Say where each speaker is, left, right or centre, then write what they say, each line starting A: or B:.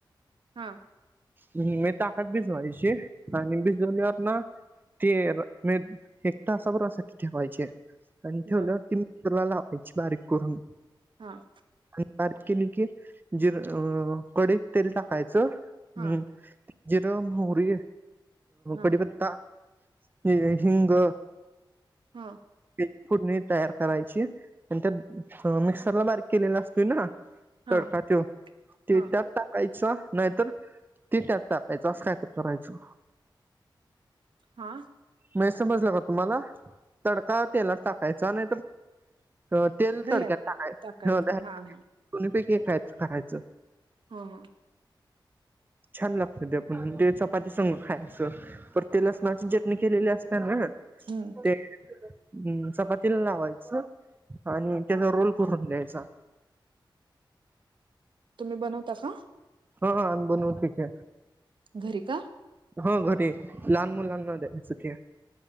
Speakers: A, on the right; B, on the right.
A: हा,,,
B: भुमे ताकात भिजवायचे आणि भिजवल्यावर ना ते मी एकता सबरासाठी ठेवायचे. आणि ठेवल्यावरती
A: बर
B: मित्रला लावायची बारीक करून
A: हा. आ.
B: आणि बारिक केली की जिरं कढईत तेल टाकायचं
A: हा
B: हम् जिरं मोहरी
A: हा
B: कडीपत्ता ये हिंग.
A: हा,,,,
B: हीफोडणी तयार करायची आणि त्यात मिक्सरला बारीक केलेला असतोय ना
A: हा
B: तडका त्यो ते
A: हा
B: त्यात टाकायचा नाहीतर ते त्यात टाकायचं अस काय तर करायचं
A: हा
B: म्हणजे समजलं का तुम्हाला तडका तेलात टाकायचा नाहीं ह तेल
A: दह्यात
B: तडक्यात टाकाय
A: टाकायचं
B: दोन्
A: हा हा
B: पैकीयच टरायचं
A: हा अ
B: छान लागतं ते आपण ते चपाती संग खायचं पर ते लसणाची चटणी केलेली असनार ना
A: हम्म
B: ते हम्म चपातीला लावायचं आणि त्याचा रोल करून द्यायचा
A: तुम्ही बनवता का?
B: हा अन् बनवू ठीके
A: घरी कर
B: ह घरीे लहान मुलांना द्यायचं ते